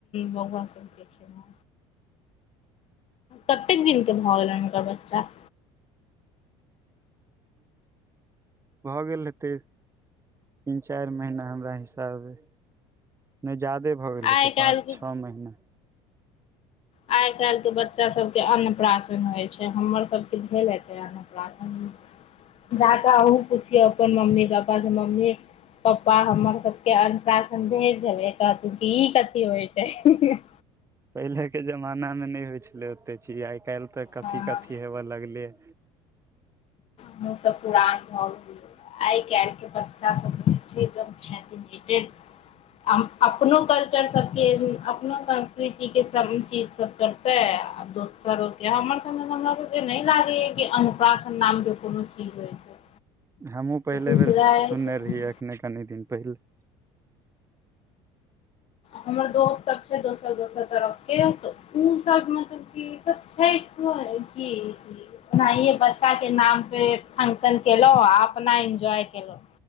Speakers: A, on the left; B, on the right.
A: बौआ सब के खियेलौं कतेक दिनके भऽ गेलनि हुनकर बच्चा
B: भऽ गेल हेतै तीन चारि महीना हमरा हिसाबे नय जादे भऽ गेल हेतै
A: आइ
B: पाँच
A: काल्हिके
B: छौ महीना
A: आइ काल्हि के बच्चा सब के अन्नप्राशन होय छै हमर सब के भेल हेतै आ <unintelligible> जाकऽ अहुँ पुछियौ अपन मम्मी पप्पा की मम्मी पप्पा हमर सब के अन्नप्राशन भेल छलै कहथू की ई कथी होइ छै
B: पहिलेके जमाना मे नय होइ छलै ओते चीज आइ काल्हि तऽ कथी
A: हँ
B: कथी हेबय लगलै ये
A: हम सब पुरान भऽ गेलियै आइ काल्हि के बच्चा सब छै एकदम फैसिनेटेड आ अपनो कल्चर सबके अपनो संस्कृतिके सब चीज सब करतै दोसरके हमर सब हमरा सब नय लागेये की अन्नप्राशन नाम के कोनो चीज होइ छै
B: हमहुँ पहिले
A: दूसरा
B: बेर सुनने रहियै एखने कनी दिन पहिले
A: हमर दोस्त सब छै दोसर दोसर तरफ के उ सब मतलब की ई सब छै की <unintelligible> ओनाहिये बच्चा के नाम पे फंक्शन केलौं आ अपना एन्जॉय केलौं